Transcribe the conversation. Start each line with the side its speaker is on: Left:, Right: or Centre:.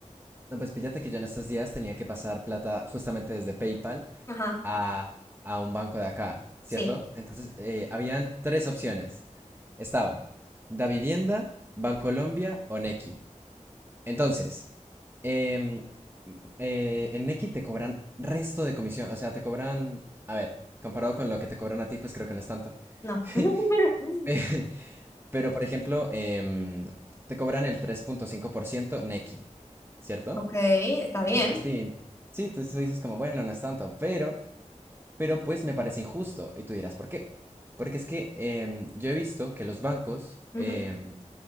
Right: No, pues fíjate que yo en estos días tenía que pasar plata justamente desde PayPal
Left: Ajá,
Right: a, a un banco de acá, ¿cierto?
Left: sí,
Right: Entonces, eh, habían tres opciones. Estaba Davivienda, Bancolombia o Nequi. Entonces, em, eh, en Nequi te cobran resto de comisión, o sea, te cobran, a ver, comparado con lo que te cobran a ti, pues creo que no es tanto.
Left: no. <laughs>
Right: <laughs> Pe- Pero, por ejemplo, em, te cobran el 3.5% Nequi, ¿cierto?
Left: Ok, está bien.
Right: Entonces, pues, sí, sí, tú, tú dices como, bueno, no es tanto, pero, pero pues me parece injusto. Y tú dirás, ¿por qué? Porque es que em, yo he visto que los bancos
Left: Ujú.
Right: em,